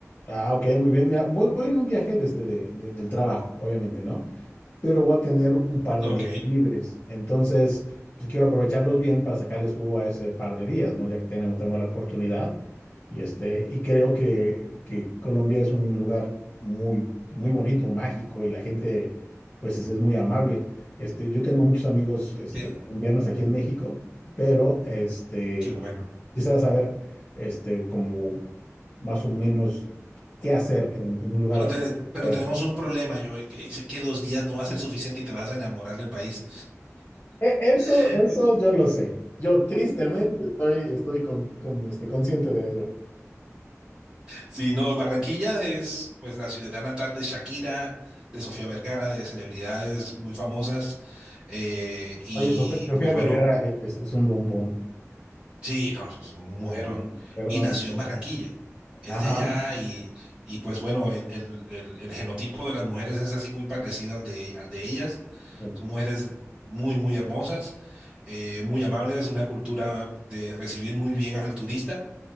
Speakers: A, on the left; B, on the right.
A: Ah, ok, muy bien. Mira, voy, voy en un viaje desde de, de- del trabajo, obviamente, ¿no? pero voy a tener un par
B: Ok,
A: de días libres. Entonces, pues quiero aprovecharlos bien para sacarles jugo a ese par de días, ¿no? Ya que tenemos, tenemos la oportunidad. Y este, y creo que, que Colombia es un lugar muy, muy bonito, mágico, y la gente, pues, es, es muy amable. Este, yo tengo muchos amigos, este,
B: qué,
A: colombianos aquí en México, pero, este,
B: qué bueno.
A: quisiera saber, este, como más o menos qué hacer en, en un lugar,
B: Pero, te-
A: extranjero.
B: pero tenemos un problema, yo que, que dos días no va a ser suficiente y te vas a enamorar del país.
A: E- Eso,
B: <laughs>
A: eso yo lo sé. Yo tristemente estoy, estoy con, con, este, consciente de eso.
B: Sí, no, Barranquilla es pues la ciudad natal de Shakira, de Sofía Vergara, de celebridades muy famosas. eh, y
A: Oye, Sofía, Sofía
B: pues
A: Vergara
B: bueno,
A: e- es, es un bombón.
B: sí, no, es un mujerón.
A: Perdóname, perdóname.
B: Y nació en Barranquilla. Es
A: Ajá.
B: de allá y, y pues bueno, el, el- el- el genotipo de las mujeres es así muy parecido al de, al de ellas.
A: sí.
B: Son mujeres muy, muy hermosas, eh, muy amables, una cultura de recibir muy bien al turista.